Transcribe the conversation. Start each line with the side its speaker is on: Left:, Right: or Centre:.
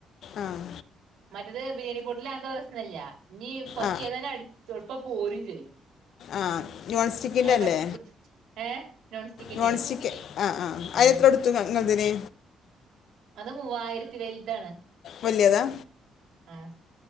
Left: ആഹ്
Right: മറ്റത് ബിര്യാണി പൊട്ടില് ആകുമ്പോ പ്രശ്നല്ല ഞ്ഞി പറ്റ്യാതന്നെ
Left: ആ
Right: അടി എള്പ്പം പോരും ചെയ്യും
Left: ആഹ് നോൺ സ്റ്റിക്കിന്റെല്ലേ
Right: അങ്ങനെ പറ്റിപ്പിടിച്ച് ഏഹ് സ്റ്റിക്കിന്റെ
Left: നോൺ സ്റ്റിക്ക് ആഹ് ആഹ്
Right: ഉം
Left: ഐനെത്ര കൊട്ത്തു ങ്ങളെദിന്
Right: അത് മൂവായിരത്തി വെൽതാണ്
Left: വലിയതാ
Right: ആഹ്